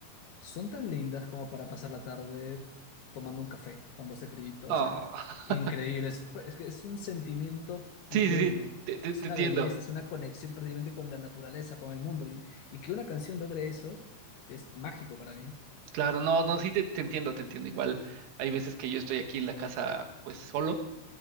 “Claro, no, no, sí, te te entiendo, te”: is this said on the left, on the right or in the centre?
Right